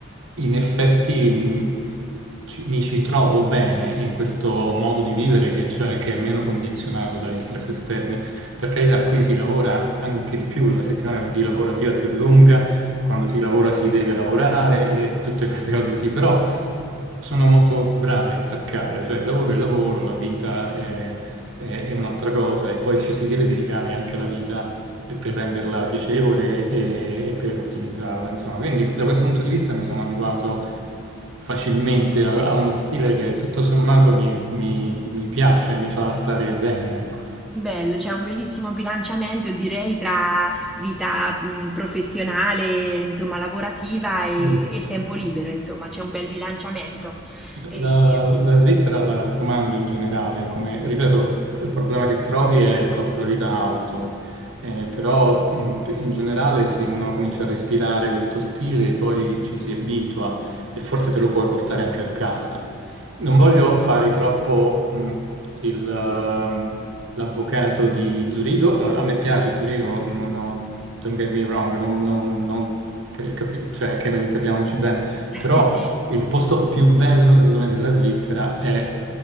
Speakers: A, on the right (about 60°); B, in the centre.
A: in effetti mm, ci- mi ci trovo bene in questo modo di vivere che, cioè, che è meno condizionato dagli stress esterni. Per carità, qui si lavora anche di più, la settimana di lavorativa è più lunga, quando si lavora si deve lavorare e tutte queste cose così, però sono molto bravi a staccare, cioè il lavoro è il lavoro, la vita è, è- è un'altra cosa e poi ci si deve dedicare anche alla vita eh, per renderla piacevole e, e per ottimizzarla, insomma. Quindi da questo punto di vista mi sono adeguato facilmente, ha ha uno stile che tutto sommato mi, mi- mi piace, mi fa stare bene, ecco.
B: Bello, c'è un bellissimo bilanciamento, direi, tra vita, mh, professionale, insomma, lavorativa e,
A: Mm.
B: e il tempo libero, insomma, c'è un bel bilanciamento. E-
A: La, la Svizzera la raccomando in generale, come ripeto, il problema che trovi è il costo della vita alto, eh, però mh, in generale se uno comincia a respirare questo stile poi ci si abitua e forse te lo puoi portare anche a casa. Non voglio fare troppo mh, il, ehm, l'avvocato di Zurigo, a a me piace Zurigo, no, no, don't get me wrong, non, non- non- che- capi- cioè, che capiamoci bene.
B: <laughs>
A: Però
B: sì, sì.
A: il posto più bello, secondo me, della Svizzera è